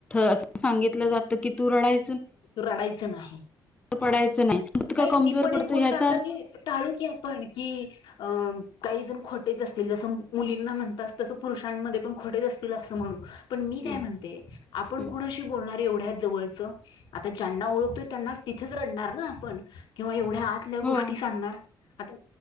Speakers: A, on the left (about 15°); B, on the left (about 80°).
A: अस सांगितलं जात की तू रडाय
B: रडायचं नाही,
A: पडायचं इतकं
B: नाही
A: कमजोर
B: ती पण
A: पडतं
B: एक गोष्ट
A: ह्याचा
B: आता
A: अर्थ
B: ती टाळू की आपण कि अं काही जण खोटेच असतील जसं मुलींना म्हणतात तसं पुरुषांमध्ये पण खोटेच असतील असं म्हणू पण मी
A: हम्म,
B: काय म्हणते आपण
A: हम्म,
B: कोणाशी बोलणार एवढ्या? जवळच आता ज्यांना ओळखतोय त्यांना तिथेच रडणार ना आपण किंवा एवढ आतल्या गोष्टी
A: हो
B: सांगणार. आता